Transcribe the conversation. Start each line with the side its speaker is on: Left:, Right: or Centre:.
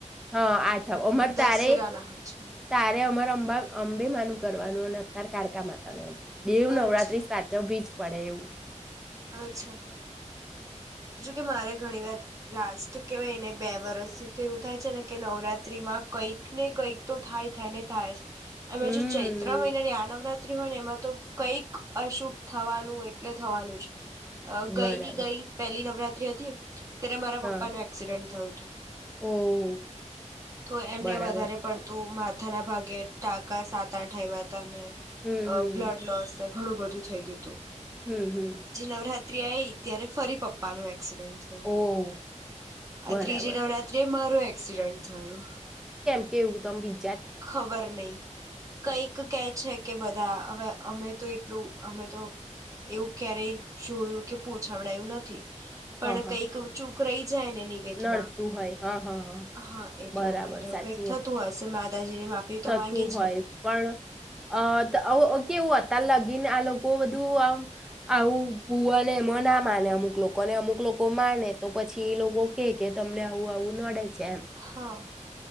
Centre: હ આઠમ અમાર
Right: દશેરાના
Centre: તારે
Right: હોય છે
Centre: તારે અમાર અંબા અંબેમાનું કરવાનું અને અત્યાર કાડકા માતાનું બેવ નવરાત્રી
Right: અચ્છા
Centre: સાચવવીજ પડે એવું
Right: અચ્છા જોકે મારે ઘણી વાર લાસ્ટ કહેવાયને બે વરષથી તો એવું થાય છે ને કે નવરાત્રીમાં કંઈક ને કંઈક તો થાય થાય ને થાય જ એમાં
Centre: હમ
Right: જો ચૈત્ર મહિનાની આ નવરાત્રી ત હોય ને એમાં તો કઈક અશુભ થવાનું એટલે થવાનું જ આ
Centre: બરાબર
Right: ગઈ ની ગઈ પહેલી નવરાત હતી <unintelligible> ત્યારે મારા
Centre: હા
Right: પપ્પાનો એક્સિડન્ટ થયો તો
Centre: ઓહ
Right: તો એમને
Centre: બરાબર
Right: વધારે પડતું મા માથાના ભાગે ટાકા સાત આઠ આયવા તાને અને
Centre: હમ હમ
Right: બ્લડ લોસ ઘણું બધું થઇ ગયું તું
Centre: હમ હમ
Right: નવરાત્રી આઈ ત્યારે ફરી પપ્પાનું એ એક્સિડન્ટ થયું
Centre: ઓહ
Right: આ
Centre: બરાબર
Right: ત્રીજી નવરાત્રીએ મારો એક્સિડન્ટ થયો
Centre: કેવ તમે ભી
Right: ખબર નહી કઈક કે છે કે બધા હવે અમે તો એટલું અમે તો એવું ક્યારેય જોયું કે પોછાવડાયું નથી
Centre: હ
Right: પણ
Centre: હ
Right: કઈક ઊંચું કરઈ જાય ને નિવેધમાં
Centre: નડતું હોય હા હા હ
Right: હા એટલા
Centre: બરાબર
Right: માટે
Centre: સાચી
Right: કઈક થતું
Centre: વાત
Right: હશે માતાજીની માફી
Centre: થતું
Right: તો માંગી
Centre: હોય
Right: છે
Centre: પણ અ ત આ કેવું અતાર લગીને આ લોકો બધું આમ આવું ભુવાને એમ ના માને અમુક લોકોને અમુક લોકો માને તો પછી એ લોકો કે કે તમને આવું આવું નડે છે એમ
Right: હા